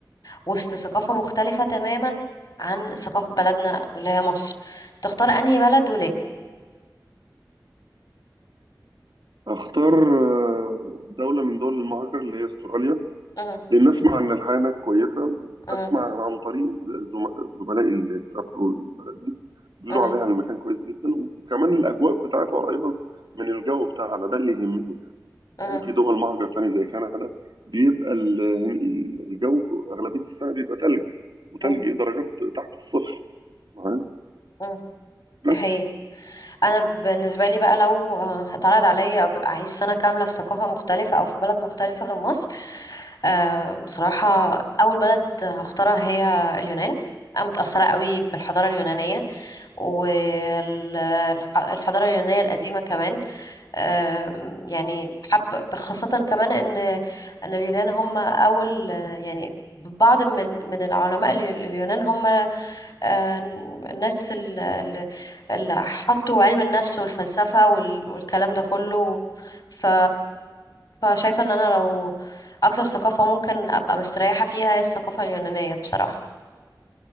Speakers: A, on the left; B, on the right.
A: وسط ثقافة مختلفة تماما عن ثقافة بلدنا اللي هي مصر تختار انهي بلد وليه
B: اختار آه، دوله من دول المهاجر اللي هي استراليا
A: مه،
B: لأن أسمع إن الحياة هناك كويسة
A: مه،
B: أسمع عن طريق زم- زملائي اللي سافروا البلد دي بيقولوا
A: مه،
B: عليها المكان كويس جدا وكمان الأجواء بتاعتها قريبة من الجو بتاعنا ده اللي يهمني يعني
A: مه،
B: يعني في دول مهجر تاني زي كندا بيبقى ال- ال- الجو أغلبية السنة بيبقى تلج وتلج
A: مه،
B: إيه درجات تحت الصفر معايا
A: مه.
B: بس
A: دي حقيقة انا بالنسبة لي بقى لو آه، اتعرض عليا أج- اعيش سنة كاملة في ثقافة مختلفة او في بلد مختلفة غير مصر آه، بصراحة أول بلد هختارها هي اليونان أنا متأثرة قوي بالحضارة اليونانية والحضارة اليونانية القديمة كمان آم، يعني حب خاصة كمان إن إن اليونان هم أول يعني بعض من من العلماء ال- اليونان هم آه، الناس ال- ال- اللي حطوا علم النفس والفلسفة وال- والكلام ده كله ف فشايفة ان انا لو اكتر ثقافة ممكن ابقى مستريحة فيها هي الثقافة اليونانية بصراحة